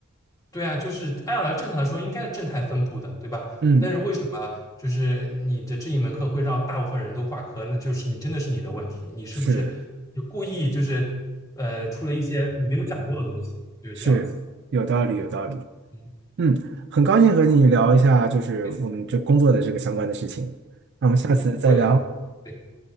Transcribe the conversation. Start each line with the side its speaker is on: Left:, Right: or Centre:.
Left: 对啊，就是按来正常来说应该是正态分布的，对吧？
Right: 嗯，
Left: 但是为什么就是你的这一门课会让大部分人都挂科？那就是你真的是你的问题，你是不是
Right: 是。
Left: 就故意就是呃出了一些你没有讲过的东西，就是这样子。
Right: 是有道理，有道理。
Left: 嗯，
Right: 嗯，很高兴和你聊一下，就是我们这工作的这个相关的事情。
Left: 对，
Right: 那我们下次再聊，
Left: 嗯嗯，我也很对，